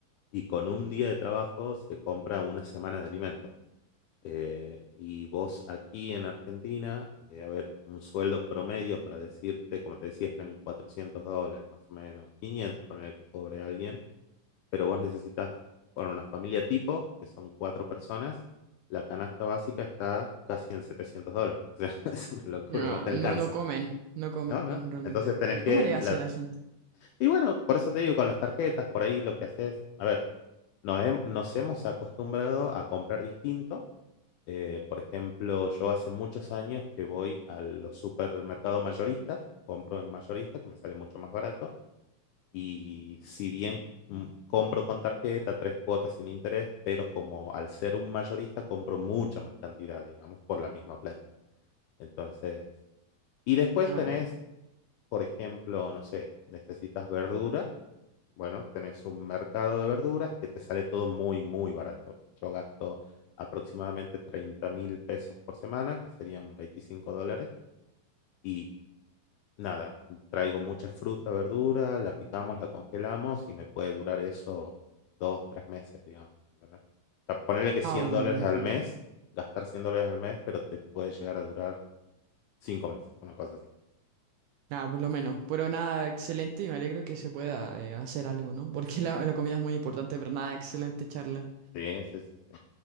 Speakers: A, on the left (about 85°); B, on the right (about 80°).
A: y con un día de trabajo se compra una semana de alimentos. Eh, y vos aquí en Argentina, eh, a ver, un sueldo promedio para decirte, como te decía, están 400 dólares más o menos, 500 por el que cobre alguien, pero vos necesitas, bueno, una familia tipo, que son cuatro personas, la canasta básica está casi en 700 dólares. <laughs> O sea, es una locura,
B: No,
A: no te alcanza.
B: no, no comen, no comen
A: ¿No? ¿No?
B: realmente.
A: Entonces tenés
B: ¿Y
A: que...
B: cómo le hace
A: La...
B: la gente?
A: Y bueno, por eso te digo, con las tarjetas, por ahí lo que haces, a ver, nos, hem- nos hemos acostumbrado a comprar distinto. Eh, por ejemplo, yo hace muchos años que voy a los supermercados mayoristas, compro en mayorista, que me sale mucho más barato, y si bien mm, compro con tarjeta, tres cuotas sin interés, pero como al ser un mayorista compro mucha más cantidad, digamos, por la misma plata. Entonces, y después
B: Ah,
A: tenés,
B: ya, ok.
A: por ejemplo, no sé, necesitas verdura, bueno, tenés un mercado de verduras que te sale todo muy, muy barato. Yo gasto aproximadamente treinta mil pesos por semana, que serían 25 dólares, y nada, traigo mucha fruta, verdura, la picamos, la congelamos y me puede durar eso dos, tres meses, digamos. ¿entendés? O sea, ponerle que cien
B: Ah, un
A: dólares
B: montón.
A: al mes, gastar 100 dólares al mes, pero te puede llegar a durar cinco meses, una cosa así.
B: Ah, por lo menos. Pero nada, excelente y me alegro que se pueda eh, hacer algo, ¿no? Porque <laughs> la, la comida es muy importante, pero nada, excelente charla.
A: Sí, sí, sí, sí.